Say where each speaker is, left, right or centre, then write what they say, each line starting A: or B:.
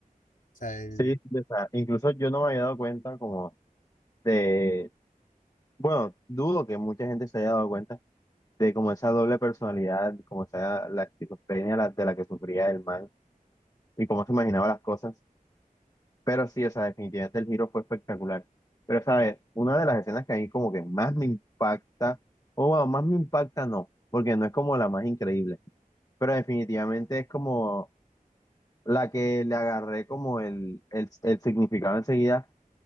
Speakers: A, on the left; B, on the left.
A: O sea, el...
B: Sí, o sea, incluso yo no me había dado cuenta como de, bueno, dudo que mucha gente se haya dado cuenta de como esa doble personalidad, como esa la esquizofrenia la- de la que sufría el man y cómo se imaginaba las cosas. Pero sí, o sea, definitivamente el giro fue espectacular. Pero, ¿sabes? Una de las escenas que a mí como que más me impacta, o bueno, más me impacta no, porque no es como la más increíble pero definitivamente es como la que le agarré como el, el, el significado enseguida.